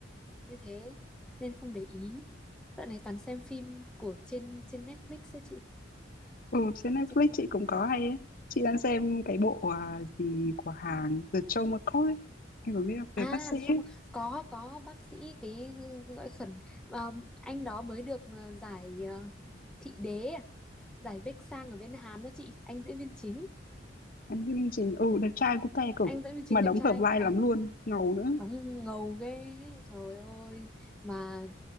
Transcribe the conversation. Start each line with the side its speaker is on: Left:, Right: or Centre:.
Centre: như thế nên không để ý dạo này toàn xem phim của trên trên Netflix ấy chị
Left: Ừ, trên Netflix
Centre: chị
Left: chị cũng có hay ấy. Chị đang xem cái bộ à, gì của hàng The Joe McCoy ấy. Em có biết không? Về
Centre: à
Left: bác sĩ
Centre: trong
Left: ấy.
Centre: có có bác sĩ cái gọi khẩn ờ, anh đó mới được ờ, giải ờ, thị đế à? giải Bách Sang ở bên Hàn đó chị anh diễn viên chính
Left: Em chương trình ừ đẹp trai cũng te cực
Centre: anh diễn viên chính
Left: mà đóng
Centre: đẹp trai
Left: hợp vai
Centre: ô
Left: lắm luôn ngầu nữa
Centre: đóng ngầu ghê ấy, trời ơi mà